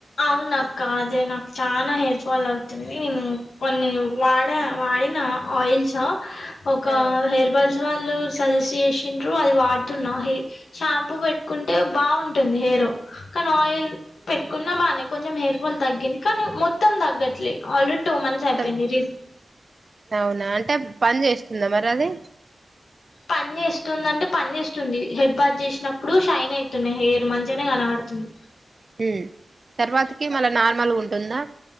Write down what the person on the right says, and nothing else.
ఆ
మొత్తం
అవునా అంటే పని జెస్తుందా మరి అది
ఊ తర్వాతకి మల్ల నార్మల్గా ఉంటుందా